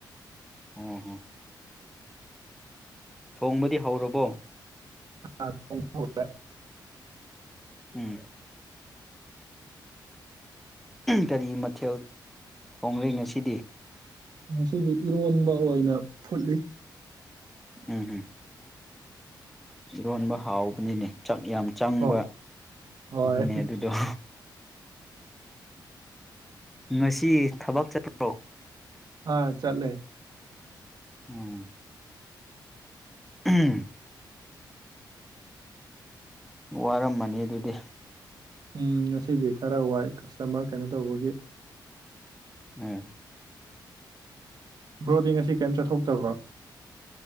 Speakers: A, in the centre; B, on the right (about 55°).
A: ꯎꯝ ꯍꯝ꯫ ꯊꯣꯡꯕꯗꯤ ꯍꯧꯔꯕꯣ꯫
B: ꯑꯥ ꯊꯣꯡ ꯍꯧꯔꯦ꯫
A: ꯎꯝ꯫ ꯀꯔꯤ ꯃꯊꯦꯜ ꯊꯣꯡꯂꯦ ꯉꯁꯤꯗꯤ꯫
B: ꯉꯁꯤꯗꯤ ꯏꯔꯣꯟꯕ ꯑꯣꯏꯅ ꯐꯨꯠꯂꯤ꯫
A: ꯎꯝ ꯍꯝ꯫ ꯏꯔꯣꯟꯕ ꯍꯥꯎꯕꯅꯤꯅꯦ ꯆꯥꯛ ꯌꯥꯝ ꯆꯪꯕ
B: ꯍꯣꯏ ꯍꯣꯏ
A: ꯅꯦ ꯑꯗꯨꯗꯣ꯫ <inaudible> ꯉꯁꯤ ꯊꯕꯛ ꯆꯠꯄ꯭ꯔꯣ꯫
B: ꯑꯥ ꯆꯠꯂꯦ꯫
A: ꯎꯝ ꯎꯝ꯫ ꯋꯥꯔꯝꯃꯅꯤ ꯑꯗꯨꯗꯤ
B: ꯎꯝ ꯉꯁꯤꯗꯤ ꯈꯔ ꯋꯥꯏ ꯀꯁꯇꯃꯔ ꯀꯩꯅꯣ ꯇꯧꯕꯒꯤ
A: ꯎꯝ
B: ꯕ꯭ꯔꯣꯗꯤꯡ ꯑꯁꯤ ꯀꯔꯤꯝ ꯆꯠꯊꯣꯛꯇꯕ꯭ꯔꯥ